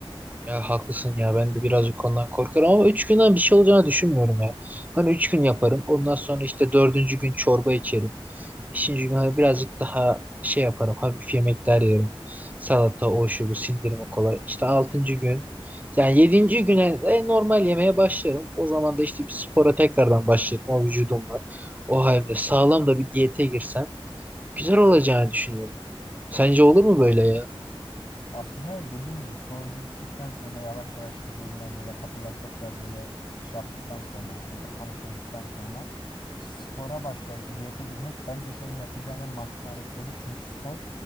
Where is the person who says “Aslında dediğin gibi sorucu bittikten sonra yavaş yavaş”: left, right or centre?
Left